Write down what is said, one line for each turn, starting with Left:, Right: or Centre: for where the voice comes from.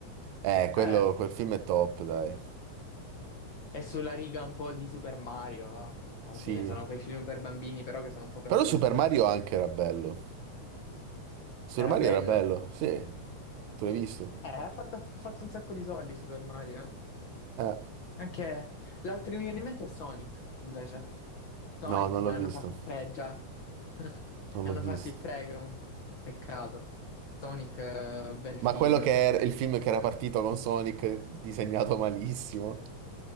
Right: Eh, quello,
Left: Eh,
Right: quel film è top, dai.
Left: è sulla riga un po' di Super Mario, va. Alla
Right: Sì.
Left: fine sono quei film per bambini, però che sono un po' per
Right: Però
Left: tutti.
Right: Super Mario anche era bello. Super
Left: Era
Right: Mario
Left: bello.
Right: era bello, sì. Tu l'hai visto?
Left: Eh, ha fatto, ha fatto un sacco di soldi Super Mario, eh.
Right: Eh,
Left: Anche l'altro che mi viene in mente è Sonic, invece. Sonic,
Right: no, non
Left: ma
Right: l'ho
Left: ne
Right: visto.
Left: hanno fatti tre già. <laughs>
Right: Non
Left: Ne
Right: l'ho
Left: hanno
Right: visto.
Left: fatti tre, comunque. Peccato. Sonic, eh, bel film.
Right: Ma quello che era il film che era partito con Sonic, disegnato malissimo.